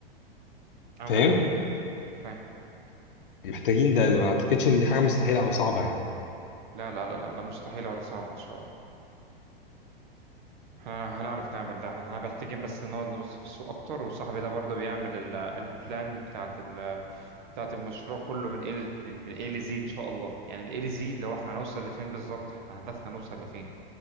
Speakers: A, on the right; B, on the left.
A: عندك
B: فاهم
A: حق فاهم
B: محتاجين ده ما اعتقدش ان دي حاجه مستحيله او صعبه يعني
A: لا لا لا لا لا مستحيلة ولا صعبة إن شاء الله احنا هنعرف نعمل ده احنا محتاجين بس نقعد نبص في السوق أكتر وصاحبي ده برضه بيعمل ال- البلان بتاعت ال بتاعت المشروع كله من ايه من ايه لزي ان شاء الله يعني من ايه لزي اللي هو احنا هنوصل لفين بالظبط احنا هدفنا نوصل لفين